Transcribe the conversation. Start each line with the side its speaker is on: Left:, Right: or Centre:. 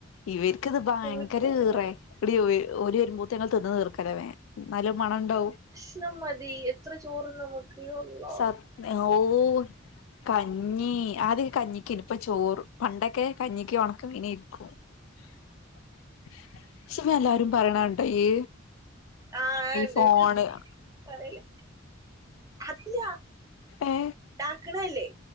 Left: ഇവർക്കിത് ഭയങ്കര
Right: പൊരിച്ച
Left: ഇറെ എടി ഓര് വരുപത്തേന് അത് തിന്ന് തീർക്കല്ലേ വേ നല്ല മണം ഉണ്ടാവും
Right: ഷണം മതി എത്ര ചോറും നമ്മക്ക് ഉണ്ണാം
Left: സത് ഓ കഞ്ഞി ആദ്യവൊക്കെ കഞ്ഞിക്കായിനി ഇപ്പ ചോറ് പണ്ടൊക്കെ കഞ്ഞിക്ക് ഒണക്ക മീനായിരുന്നു
Right: <inaudible>
Left: <unintelligible> എല്ലാരും പറയണ ഉണ്ട് ഈ
Right: ആഹ് ഇണ്ട്
Left: ഫോണ്
Right: പറേല്ല അതില്ല
Left: ഏ
Right: ഉണ്ടാക്കണല്ലേ